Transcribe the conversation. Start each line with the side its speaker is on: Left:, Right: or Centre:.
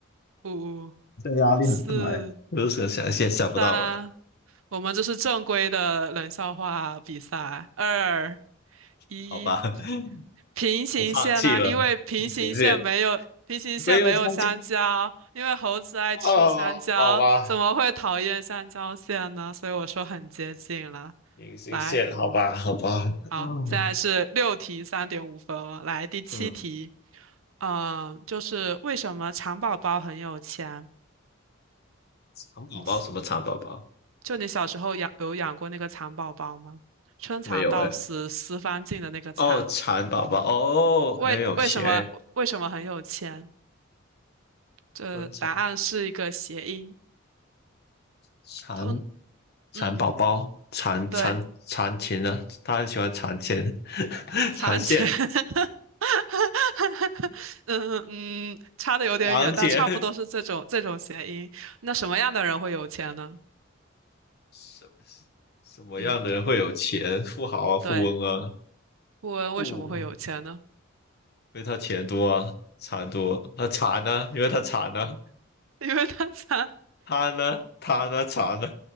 Right: 五、
Left: 这压力很大哎，
Right: 四、
Left: 此蛇桥线想不到了，
Right: 三，我们这是正规的冷笑话比赛。二，一，
Left: 好吧，<laughs>
Right: 平行线呢、
Left: 我放弃了。
Right: 因为平行线没有平行线没有香蕉，
Left: 隐形线没有相近
Right: 因为猴子爱吃香蕉，
Left: 哦，好吧，
Right: 怎么会讨厌香蕉线呢？所以我说很接近了。
Left: 隐形线，
Right: 来，
Left: 好吧，好吧，
Right: 好，
Left: 哦，
Right: 现在是六题三点五分了。来，第七题，
Left: 嗯，
Right: 嗯，就是为什么蚕宝宝很有钱？
Left: 蚕宝宝什么蚕宝宝
Right: 嗯，就你小时候养有养过那个蚕宝宝吗？春蚕到死丝方尽的那个蚕，
Left: 没有哎？哦，蚕宝宝哦，
Right: 为为什么为什么很有钱？
Left: 很有钱，
Right: 这答案是一个谐音，
Left: 温蚕蚕
Right: 通
Left: 蚕宝宝，
Right: 嗯
Left: 蚕蚕蚕钱呢？
Right: 对，
Left: 他很喜欢蚕钱、<laughs>
Right: 蚕钱，
Left: 蚕线、
Right: <laughs> 嗯嗯，差的有点远，
Left: 藏钱。
Right: 但差不多是这种这种谐音。那什么样的人会有钱呢？
Left: 什么什么样的人会有钱？
Right: 嗯，
Left: 富豪啊，富翁啊，
Right: 对，富翁为什么会有钱呢？
Left: 富，因为他钱多啊，蚕多。那蚕呢？因为他蚕呢、
Right: <laughs> 因为他蚕
Left: 他呢？他呢？
Right: <laughs>
Left: 蚕呢？
Right: 嗯。